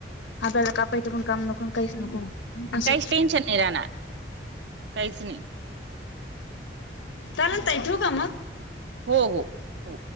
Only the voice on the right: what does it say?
काहीच टेन्शन नाही राहणार काहीच नाही
हो हो हो